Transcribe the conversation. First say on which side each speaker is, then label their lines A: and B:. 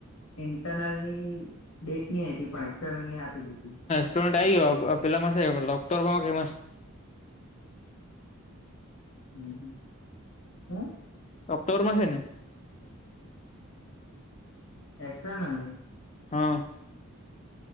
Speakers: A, on the left; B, on the left.
A: ઇન્ટરનલ ની ડેટ ની આયપી પણ એક્સટર્નલ ની આપી દીધી.
B: સ્ટુડન્ટ આઈ અ પેલા પાસે અ લોકર માં <unintelligible>
A: હમ્મ હમ્મ હ
B: ઓક્ટોર મા સે ને <inaudible> <inaudible>
A: એક્ટર્નલ ની
B: હ અ